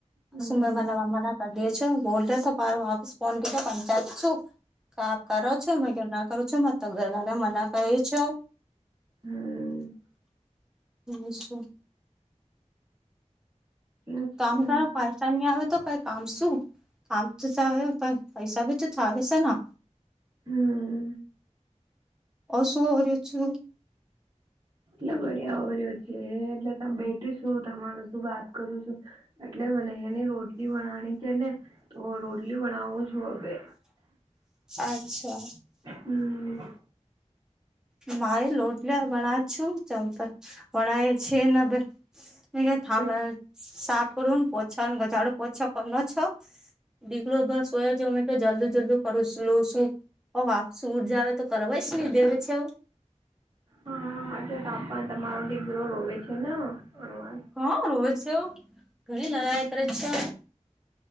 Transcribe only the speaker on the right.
હમ
હમ
અચ્છા
હમ
એટલે બડિયા ઓર્યો છે એટલે તમે બેઠ શું તમાર શું વાત કરું છું એટલે મને એની રોટલી બનાની છે ને તો રોટલી બનાવું છ હબે
હમ.
બસ
હા એટલે ત પણ તમારો દિકરો રોવે છે ને અનુવા
હમ